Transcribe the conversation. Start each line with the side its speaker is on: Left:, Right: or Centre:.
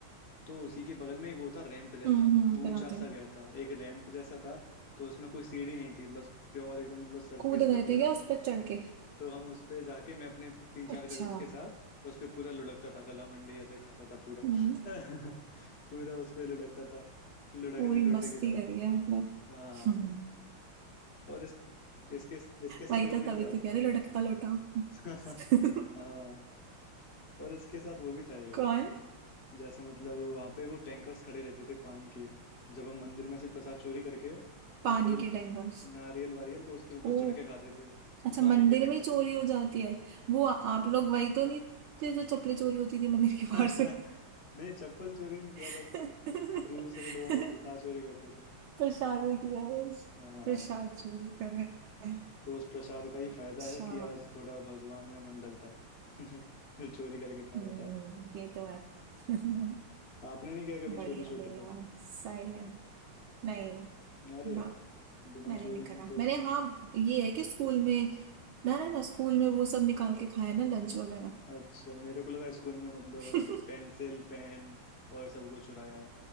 Left: तो उसी के बगल में एक वो था रैंप जैसा
Right: हम्म हम्म
Left: ऊंचा
Right: बनाते
Left: सा
Right: हैं
Left: गया था एक रैंप जैसा था तो उसमें कोई सीढ़ी नहीं थी बस प्योर एकदम मतलब सरफेस
Right: कूद गए
Left: था पूरा
Right: थे क्या उस पर चढ़ के
Left: तो हम उस पे जाके मैं अपने तीन चार
Right: अच्छा
Left: कजन्स के साथ उस पे पूरा लुढ़कता था कला मंडी ऐसे खाता था पूरा
Right: हम्म
Left: <laughs> पूरा उस पे लुढ़कता था लुढ़कने
Right: पूरी
Left: लोटे
Right: मस्ती
Left: की तरह
Right: करी है मतलब
Left: हाँ
Right: <laughs> हम्म।
Left: और इस इसके इसके साथ
Right: वही
Left: वो
Right: था
Left: भी
Right: तभी
Left: था
Right: तो कह रहे लुढ़कता लोटा
Left: <laughs>
Right: <laughs>
Left: हाँ और इसके साथ वो भी था एक
Right: कौन
Left: जैसे मतलब वहां पे वो टैंकर्स खड़े रहते थे पानी के जब हम मंदिर में से प्रसाद चोरी करके
Right: पानी
Left: नारियल
Right: के टैंकर्स
Left: नारियल वारियल तो उसके ऊपर
Right: ओ
Left: चढ़ के खाते थे
Right: अच्छा
Left: <laughs> पानी
Right: मंदिर
Left: के टैंकर
Right: में ही चोरी हो जाती है वो आ- आप लोग वही तो नहीं थे जो चप्पलें चोरी होती थी मंदिर के
Left: <laughs>
Right: बाहर से
Left: नहीं चप्पल चोरी नहीं किया
Right: <laughs>
Left: बस दूसरे लोगों का प्रसाद चोरी करते थे
Right: प्रसाद भी किया है,
Left: हाँ
Right: प्रसाद चोरी कर रहे हैं
Left: तो उस प्रसाद का ही फायदा
Right: अच्छा
Left: है कि आज थोड़ा भगवान में मन लगता है <laughs> जो चोरी करके खाया
Right: हम्म
Left: था
Right: ये तो है <laughs>
Left: आपने नहीं किया कभी
Right: बढ़िया
Left: चोरी छोटे
Right: बढ़िया
Left: पे
Right: सही है नहीं
Left: अरे
Right: ना
Left: यार बिना
Right: मैंने
Left: चोरी
Right: नहीं करा
Left: के तो
Right: मैंने हाँ ये है कि स्कूल में ना ना ना स्कूल में वो सब निकाल के खाया ना लंच वगैरह
Left: अच्छा मेरे को लगा स्कूल में मतलब
Right: <laughs>
Left: जो पेंसिल पेन और सब कुछ चुराया